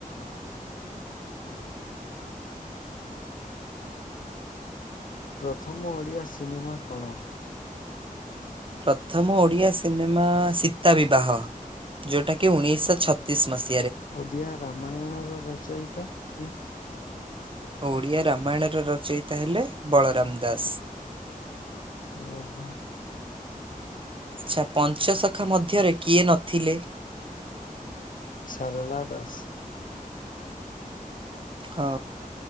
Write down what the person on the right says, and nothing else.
ପ୍ରଥମ ଓଡିଆ ସିନେମା ସୀତା ବିବାହ ଯୋଉଟା କି ଉଣେଇଶି ଶହ ଛତିଶ ମସି
ଓଡିଆ ରାମାୟଣର ରଚୟତା ହେଲେ ବଳରାମ ଦାସ।
ଆଚ୍ଛା ପଞ୍ଚସଖା ମଧ୍ୟରେ କିଏ ନଥିଲେ?
ହଉ